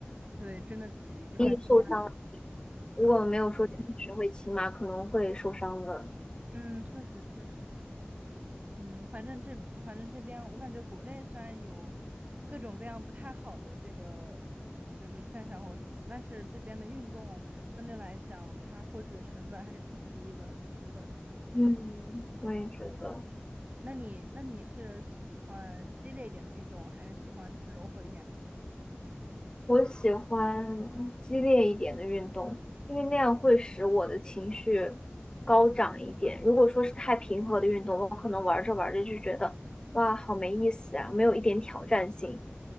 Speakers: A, on the right (about 35°); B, on the left (about 20°).
A: 对，真的骑，就还挺，
B: 容易受伤。
A: 对的，
B: 如果没有说真实会骑马，可能会受伤的。
A: 嗯，确实确实，嗯，反正这反正这边我感觉国内虽然有各种各样不太好的这个就是现象或什么，但是这边的运动相对来讲，它获取的成本还是挺低的，对。
B: 嗯，我也觉得，
A: 那你那你是喜欢激烈一点的运动，还是喜欢就是柔和一点的？
B: 我喜欢激烈一点的运动，因为那样会使我的情绪高涨一点。如果说是太平和的运动，我可能玩着玩着就觉得哇，好没意思啊，没有一点挑战性。